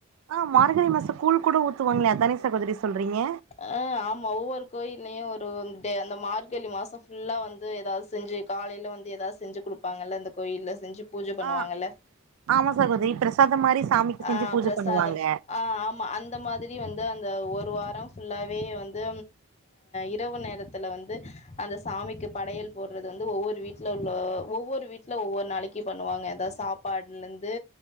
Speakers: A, on the right; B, on the left.
A: ஆ மார்கழி மாசம் கூூல் கூட ஊத்துவாங்களோ அதானே சகோதரி சொல்றீங்க
B: ஆஹ் ஆமா ஒவ்வொரு கோயிலயும் ஒரு அந்த மார்கழி மாசம் ஃபுல்லா வந்து ஏதாவது செஞ்சு காலையில வந்து ஏதாவ செஞ்சு குடுப்பாங்கல இந்த கோயில்ல செஞ்சு பூஜை பண்ணுவாங்கல்ல
A: ஆ ஆமா சகோதரி பிரசாதம் மாரி சாமிக்கு செஞ்சு
B: ஆஹ்
A: பூஜ
B: பிரசாதம்
A: பண்ணுவாங்க
B: ஆஹ் ஆமா அந்த மாதிரி வந்து அந்த ஒரு வாரம் ஃபுல்லாவே வந்து இரவு நேரத்துல வந்து அந்த சாமிக்கு படையல் போடுறது வந்து ஒவ்வொரு வீட்ல உள்ள ஒவ்வொரு வீட்டு இல்ல ஒவ்வொரு நாளைக்கு பண்ணுவாங்க சாப்பாட்ல இருந்து